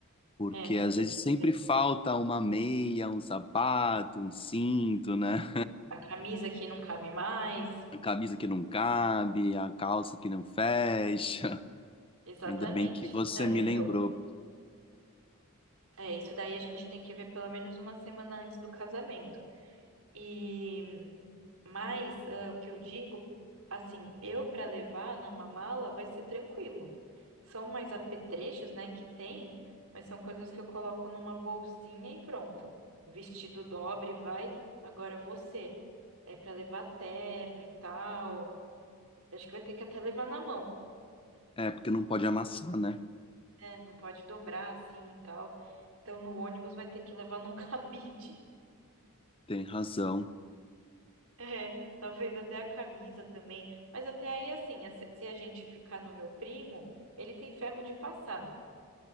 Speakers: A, on the left; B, on the right.
A: porque
B: É,
A: às
B: tem
A: vezes
B: que
A: sempre
B: ver.
A: falta uma meia, um sapato, um cinto, né?
B: A camisa que não cabe mais.
A: A camisa que não cabe, a calça que não fecha. <laughs>
B: Exatamente.
A: Ainda bem que você
B: Não,
A: me
B: então,
A: lembrou.
B: é, isso daí a gente tem que ver pelo menos uma semana antes do casamento. E Mas ah, o que eu digo, assim, eu para levar numa mala vai ser tranquilo. São mais apetrechos, né, que tem, mas são coisas que eu coloco numa bolsinha e pronto. O vestido dobre, vai. Agora você, é para levar terno e tal. Eu Acho que vai ter que até levar na mão,
A: É, porque não pode amassar, né?
B: né? Não pode dobrar assim e tal. Então no ônibus vai ter que levar num <laughs> cabide.
A: Tem razão.
B: É, talvez até a camisa também. Mas até aí, assim, a- se se a gente ficar no meu primo, ele tem ferro de passar.